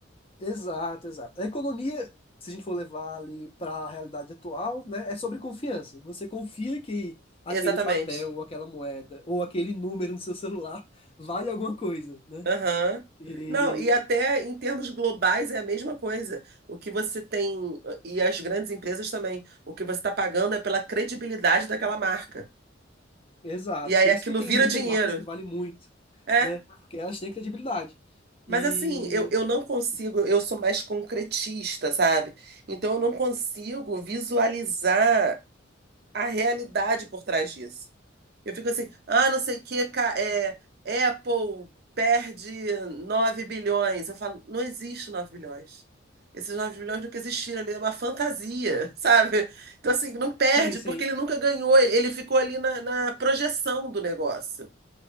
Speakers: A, on the left; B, on the right.
A: exato, exato. A economia, se a gente for levar ali para a realidade atual, né, é sobre confiança. Você confia que aquele
B: Exatamente.
A: papel ou aquela moeda ou aquele número no seu celular <laughs> vale alguma coisa, né?
B: Aham.
A: e
B: Não, e até em termos globais é a mesma coisa. O que você tem, e as grandes empresas também, o que você está pagando é pela credibilidade daquela marca.
A: Exato.
B: E aí
A: Por
B: aquilo
A: isso que tem
B: vira
A: muitas
B: dinheiro.
A: marcas que valem muito,
B: É.
A: né? Porque elas têm credibilidade.
B: Mas
A: E
B: assim, eu, eu não consigo, eu sou mais concretista, sabe? Então eu não consigo visualizar a realidade por trás disso. Eu fico assim, ah, não sei o que, ca- é, Apple perde 9 bilhões. Eu falo, não existe 9 bilhões. Esses 9 bilhões nunca existiram ali, é uma fantasia, <laughs> sabe? Então, assim, não perde,
A: sim, sim.
B: porque ele nunca ganhou, ele ele ficou ali na, na projeção do negócio.